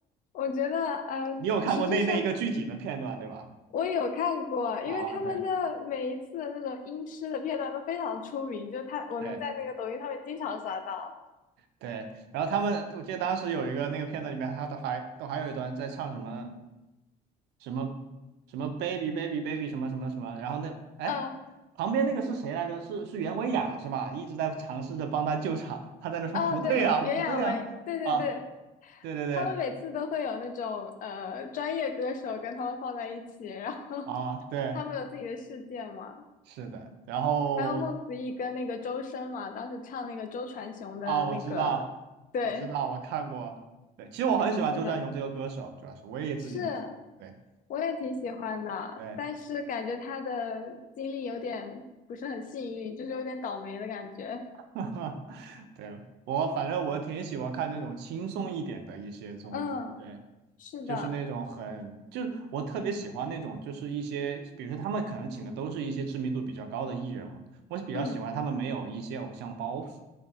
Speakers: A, on the left; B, on the right.
A: 我觉得呃，
B: 你有看过那那一个具体的片段对吧？
A: 徐志胜我有看过，
B: 啊，
A: 因为他们的每一次的那种音痴的片段都非常出名，
B: 对
A: 就是他我能在那个抖音上面经常刷到。
B: 对对，然后他们，我记得当时有一个那个片段里面，他都还都还有一段在唱什么什么什么 baby baby baby 什么什么什么，然后那哎
A: 嗯
B: 旁边那个是谁来着？是是袁维雅是吧？一直在尝试着帮他救场，他在那说不对啊不对啊啊，
A: 啊，对，袁娅维，对对对，
B: 对对对
A: 他们每次都会有那种呃专业歌手跟他们放在一起，然后
B: 啊对
A: 他们有自己的世界嘛。
B: 是的，然后
A: 还有孟子义跟那个周深嘛，当时唱那个周传雄的那个，
B: 啊我知道我知道我看过，
A: 对，
B: 对，其实我很喜欢周传雄这个歌手，
A: 是的，
B: 主要是我也自己挺喜欢。
A: 是
B: 对。
A: 我也挺喜欢的，
B: 对，
A: 但是感觉他的经历有点不是很幸运，就是有点倒霉的感觉。
B: <laughs> 对，我反正我挺喜欢看这种轻松一点的一些综艺，
A: 嗯，
B: 对，
A: 是的，
B: 就是那种很，就是我特别喜欢那种，就是一些，比如说他们可能请的都是一些知名度比较高的艺人嘛，我比较喜欢他们没有一些偶像包袱，
A: 嗯